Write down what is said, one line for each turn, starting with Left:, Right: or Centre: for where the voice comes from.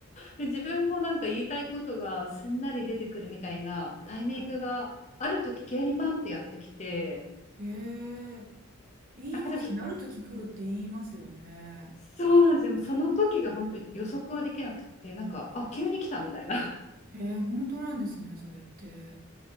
Left: で、自分もなんか言いたいことがすんなり出てくるみたいなタイミングがある時急にパンってやってきて、
Right: はい。へえ。言いますよね。
Left: なんか多分ひ、
Right: ある時来るって言いますよね。
Left: そうなんですよ。その時が本当に予測はできなくて、なんか、あ、急に来たみたいな。<laughs>
Right: へえ、本当なんですね、それって。